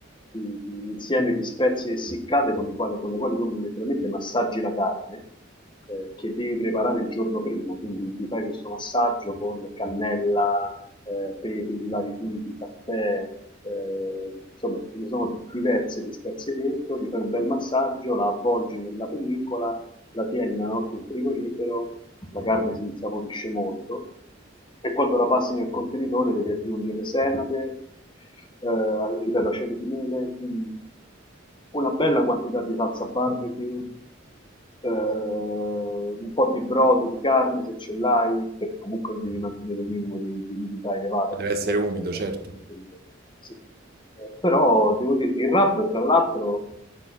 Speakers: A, on the left (about 25°); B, on the right (about 50°).
A: di- di insieme di spezie essiccate con le quali, con le quali tu letteralmente massaggi la carne eh, che devi preparare il giorno prima, quindi gli fai questo massaggio con cannella, eh, pepe di vari tipi, caffè, eh, insomma ce ne sono diverse dispezie dentro, gli fai un bel massaggio, la avvolgi nella pellicola, la tieni una notte in frigorifero la carne si insaporisce molto e quando la passi nel contenitore devi aggiungere senape, eh, ripeto, aceto di mele, mm, una bella quantità di salsa barbecue, eh, un po' di brodo, di carne se ce l'hai, perché comunque devi mantenere un minimo di, di umidità elevata
B: deve
A: all'interno
B: essere umido,
A: del,
B: certo.
A: del contenitore. Sì. Eh, però devo dirti, il rub tra l'altro,